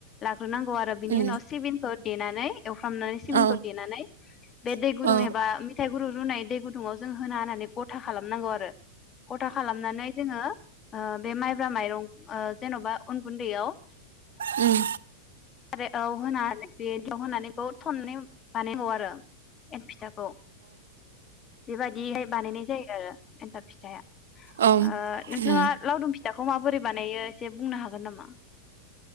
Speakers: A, on the left; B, on the right.
A: ला ग्रोनांगौ आरो बिनि
B: उम
A: उनाव सिबिंखो देनानै एवफ्रामनानै सिबिंखौ
B: अ
A: देनानै <inaudible> बे दै
B: अ
A: गुदुं एबा मेथाइ गुरु रुनाय दै गुदुङाव जों होना होनानै गथा खालामनांगौ आरो गथा खालामनानै जोङो ओ बे माइब्रा माइरं ओ जेन'बा उन गुन्दैयाव
B: उम।
A: आरो औ होनानै बे ज' होनानैखौ <unintelligible> <unintelligible> आरो। <unintelligible> फिथाखौ बेबायदिहाय बानायनाय जायो आरो एन्थाब फिथाया ओ
B: अ उम ओम
A: नोंथाङा
B: उम
A: लावदुम <unintelligible> फिथाखौ माबोरै बानायो एसे बुंनो हागोन नामा?